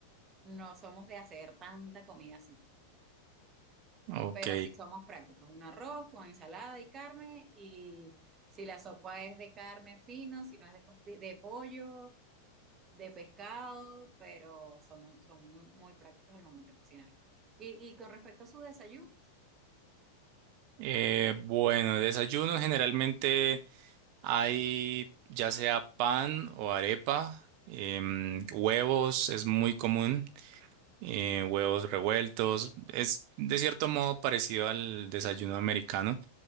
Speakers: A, on the right; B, on the right.
A: no somos de hacer tanta comida así.
B: ok.
A: Pero sí somos prácticos, un arroz con ensalada y carne, y si la sopa es de carne fino, si no es de, costi- de pollo, de pescado, pero somos, son muy, muy prácticos al momento de cocinar. Y, y con respecto a sus desayunos,
B: Eh, bueno, de desayuno generalmente hay ya sea pan o arepa, em, huevos es muy común, eh, huevos revueltos, es de cierto modo parecido al desayuno americano,